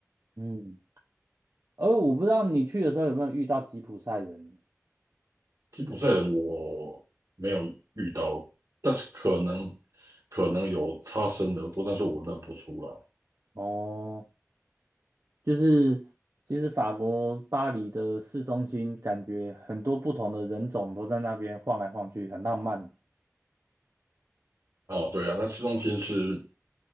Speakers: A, on the right; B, on the right.
A: 嗯，而我不知道你去的时候有没有遇到吉普赛人
B: 吉普赛人我没有遇到，但是可能可能有擦身而过，但是我认不出来。
A: 哦，就是其实法国巴黎的市中心，感觉很多不同的人种都在那边晃来晃去，很浪漫。
B: 啊，对啊，那市中心是